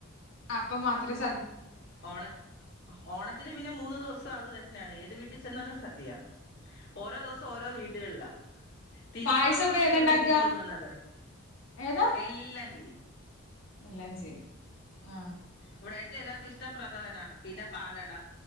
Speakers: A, on the left (about 70°); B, on the left (about 50°).
A: അപ്പ മാത്രെ സ്
B: ഓണത്ത് ഓണത്തിന് പിന്നെ മൂന്നു ദിവസ് സം അത് തന്നാണ് ഏത് വീട്ടിൽ ചെന്നാലും സദ്യ ഓരോ ദിവസം ഓരോ വീടുകളിലാ തിരുവോണം
A: പായസം അപ്പൊ
B: മാത്രെ
A: ഏതാണ്ടാക്ക
B: ഉള്ളൂ വീട്ടിൽ ഉണ്ണുന്നത്
A: ഏതാ
B: എല്ലാം ചെയ്യും
A: ഇല്ലഞ്ചി ആ
B: ഇവിടെ എല്ലാർക്കും ഇഷ്ടം പ്രഥവന പിന്നെ പാലട